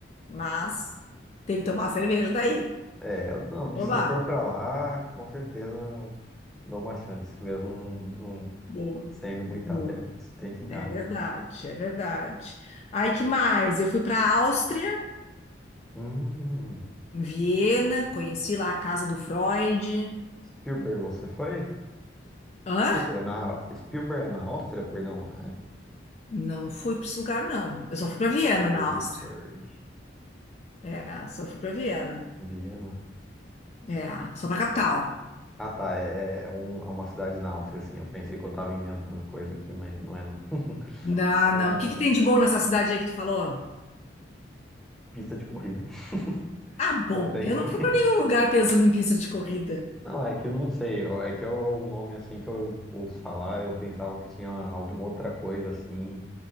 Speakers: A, on the left; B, in the centre.
A: Mas tem que tomar cerveja daí.
B: É, não,
A: Toma.
B: se for pra lá, com certeza dou uma chance, mesmo não,
A: Boa,
B: Sendo muito
A: boa.
B: adepto, tem que dar,
A: É verdade,
B: né?
A: é verdade. Aí que mais? Eu fui para a Áustria,
B: Hum,
A: em Viena,
B: ó,
A: conheci lá a casa do Freud.
B: Spielberg, você foi?
A: Hã?
B: Spielberg na, Spielberg é na Áustria, perdão. É.
A: Não fui para esse lugar, não. Eu só fui para Viena,
B: Spielberg,
A: na Áustria. É, só fui para Viena.
B: Viena.
A: É, só para capital.
B: Ah, ah, tá, é, é, é um- é uma cidade na Áustria, assim. Eu pensei que eu tava inventando coisa aqui, mas não é não.
A: Não,
B: Ah,
A: não. O que que tem de bom nessa cidade aí que tu falou?
B: Pista de corrida <laughs>
A: Ah, bom,
B: também.
A: eu não fui
B: <laughs>
A: para nenhum lugar pensando em pista de corrida.
B: Não, é que eu não sei. eu- É que é o nome assim que eu ouço falar. Eu pensava que tinha alguma outra coisa assim